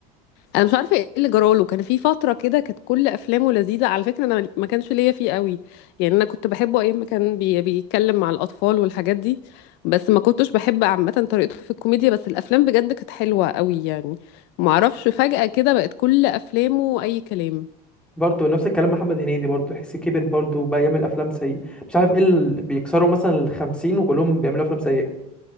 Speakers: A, on the left; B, in the centre.
A: انا مش عارفه ايه اللي جراله كان في فتره كده كانت كل افلامه لذيذه على فكره انا ما كانش ليا فيه قوي يعني انا كنت بحبه ايام ما كان بي بيتكلم مع الاطفال والحاجات دي بس ما كنتش بحب عامه طريقته في الكوميديا بس الافلام بجد كانت حلوه قوي يعني ما اعرفش فجاه كده بقت كل افلامه اي كلام
B: برضو نفس الكلام محمد هنيدي برضو حس كبر برضو بقى يعمل افلام سيئه مش عارف ايه اللي بيكسروا مثلا الخمسين وكلهم بيعملوا افلام سيئه